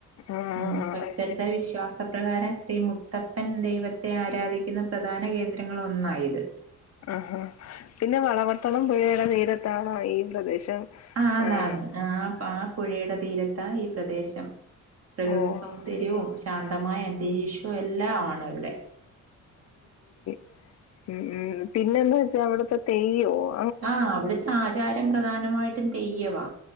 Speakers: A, on the left; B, on the right.
A: ആഹ്
B: ആ-
A: ആഹ്
B: ഇവിടുത്തെ വിശ്വാസപ്രകാരം ശ്രീ മുത്തപ്പൻ ദൈവത്തെ ആരാധിക്കുന്ന പ്രധാന കേന്ദ്രങ്ങളിൽ ഒന്നാ ഇത്-
A: ആഹാ പിന്നെ വളപട്ടണം പുഴയുടെ തീരത്താണോ ഈ പ്രദേശം-
B: ആന്നാന്ന്
A: ആഹ്
B: ആ- ആ പുഴയുടെ തീരത്താ ഈ പ്രദേശം പ്രകൃതി
A: ഓഹ്
B: സൗന്ദര്യവും ശാന്തമായ അന്തരീക്ഷവും എല്ലാം ആണിവിടെ-
A: മ് പിന്നെന്നുവെച്ചാ അവിടുത്തെ തെയ്യവോ-
B: ആ അവിടുത്തെ ആചാരം പ്രധാനമായിട്ടും തെയ്യം വാ